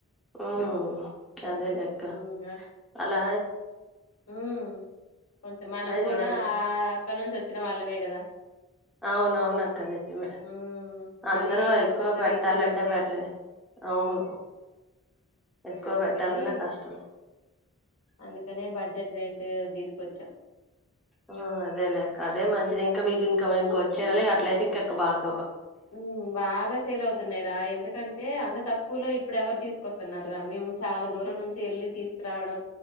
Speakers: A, in the centre; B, on the left.
A: మ్మ్ అదేలేక్క
B: ఉమ్
A: అలా
B: మ్మ్ కొంచెం మనం కూడా
A: చూడాలి
B: అక్కడ నుంచి వచ్చిన వాళ్ళమే గదా
A: అవునవును అక్క నిజమే
B: ఉమ్ మరి
A: అందరూ
B: అంతంత
A: ఎక్కువ పెట్టాలంటే
B: రేట్లు పెట్టలేరు
A: పెట్టలే అవును ఎక్కువ
B: అందుని
A: పెట్టాలన్నా కష్టమే
B: అందుకని బడ్జెట్ రేటు తిస్ కొచ్చం
A: ఆ అదేలే అక్క అదే మంచిది ఇంకా మీకు ఇంకా ఇంకొ చేయాలిగా అట్లయితే ఇంక ఎకు బాగ్
B: మ్మ్ బాగా సేల్ అవుతున్నయి రా. ఎందుకంటే అంత తక్కు వలో ఇప్పుడు ఎవరు తీసుకొస్తున్నరు రా మేము చాలా దూరం నుంచి వెళ్ళి తీసుకురావడం.